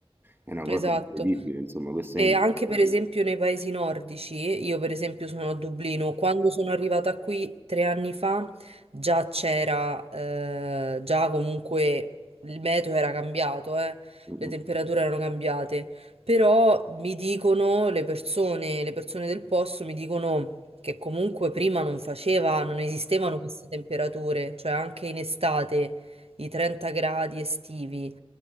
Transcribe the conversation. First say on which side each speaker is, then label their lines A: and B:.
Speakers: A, on the right; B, on the right.
A: è una cosa
B: Esatto.
A: incredibile, insomma, questo
B: E
A: è indubbio.
B: anche per esempio nei paesi nordici, io per esempio sono a Dublino, quando sono arrivata qui tre anni fa già c'era, eh, già comunque il meteo era cambiato, eh,
A: Mm, mm.
B: le temperature erano cambiate, però mi dicono le persone, le persone del posto mi dicono che comunque prima non faceva, non esistevano queste temperature, cioè anche in estate i 30 gradi estivi.